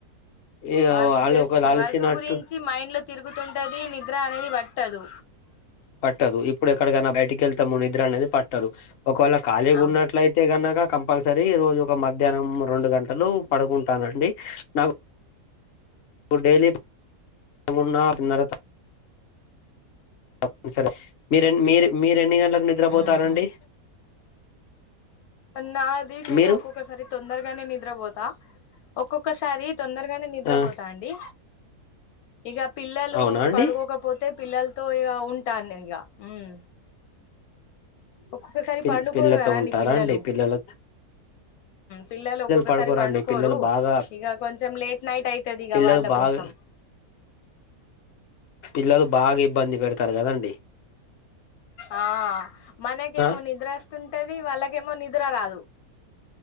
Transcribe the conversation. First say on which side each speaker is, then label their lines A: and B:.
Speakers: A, on the left; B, on the left.
A: ఇగ
B: వర్క్
A: వాళ్ళు
B: చేస్తు
A: ఒకవేళ అలిసినట్టు
B: వర్క్ గురించి మైండ్ లో తిరుగుతుంటది నిద్ర అనేది పట్టదు
A: పట్టదు ఇప్పుడు ఎక్కడికైనా బయటికెళ్తాము నిద్ర అనేది పట్టదు ఒకవేళ ఖాళీగా
B: అవును
A: ఉన్నట్లయితే కనక కంపల్సరీ రోజు ఒక మధ్యాహ్నం రెండు గంటలు పడుకుంటానండి నాకు డెలీ ఉన్నా తోన్ సరే మీరె మీరు మీరెన్ని గంటలకు నిద్రపోతారండి
B: ఉహు నాది నేను
A: మీరు
B: ఒక్కొక్కసారి తొందరగా నే నిద్రపోతా ఒక్కొక్కసారి తొందరగానే నిద్రపోతా
A: ఆ
B: అండి ఇక పిల్లలు
A: అవునా అండి
B: పడుకోకపోతే పిల్లలతో ఇక ఉంటాను ఇక ఉమ్ ఒక్కొక్కసారి
A: పిల్
B: పండుకోరు
A: పిల్లతో
B: కదండి
A: ఉంటారా
B: పిల్లలు
A: అండి పిల్లల
B: పిల్లలు ఒక్కొక్కసారి
A: పడుకోరండి
B: పండుకోరు
A: పిల్లలు బాగా
B: ఇక కొంచెం లేట్ నైట్ అవుతది ఇక
A: పిల్లలు
B: వాళ్ళ
A: బాగా
B: కోసం
A: పిల్లలు బాగా ఇబ్బంది పెడతారు కదండి
B: ఆ మనకేమో
A: ఆ
B: నిద్రస్తుంటది వాళ్ళకేమో నిద్ర నిద్ర రాదు